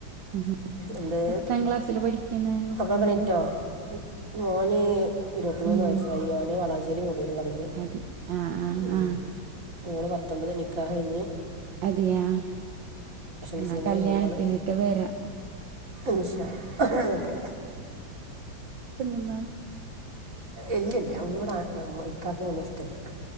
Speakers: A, on the right; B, on the right.
A: ഉഹും
B: എന്ത്
A: എത്രാം ക്ലാസ്സില് പഠിക്കുന്നെ മക്കളല്ലാം
B: മക്കളൊക്കെ എണീറ്റോ മോന് ഇരുവത്തിമൂന്ന്
A: ഉം
B: വയസ്സായി അവന് വളാഞ്ചേരി മൊബൈലും കടയില്
A: അതെ ആഹ് ആഹ്
B: ഉം
A: ആഹ്
B: മോള് പത്തൊമ്പത് നിക്കാഹ് കയ്ഞ്ഞ്
A: അതെയാ ആഹ്
B: ഡിസൈനിങ്ങിന്
A: കല്യാണത്തിനൊക്കെ
B: പോവാണ്
A: വെരാ
B: ഇൻഷാ ഓക്കെ
A: ന്നാ
B: ഇല്ല്യല്ല്യ ഇവടെ ഇക്കാക്ക് അത്ഒന്നും ഇഷ്ടല്ല്യ.